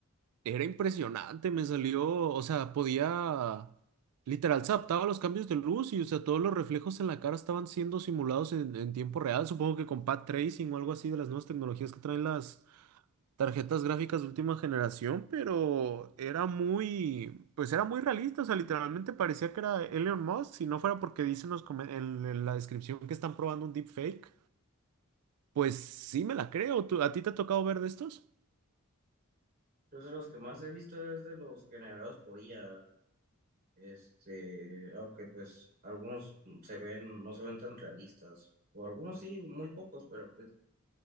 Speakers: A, on the right; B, on the right.
A: era impresionante. Me salió, o sea, podía, literal, se adaptaba a los cambios de luz y, o sea, todos los reflejos en la cara estaban siendo simulados en, en tiempo real. Supongo que con path tracing o algo así de las nuevas tecnologías que traen las, tarjetas gráficas de última generación, pero era muy, pues era muy realista, o sea, literalmente parecía que era Elon Musk, si no fuera porque dicen los come- en, en la descripción que están probando un deepfake, pues sí me la creo. ¿Tú- a ti te ha tocado ver de estos?
B: Pues de los que más he visto es de los generados por IA, este, aunque pues algunos se ven, no se ven tan realistas, o algunos sí, muy pocos, pero pues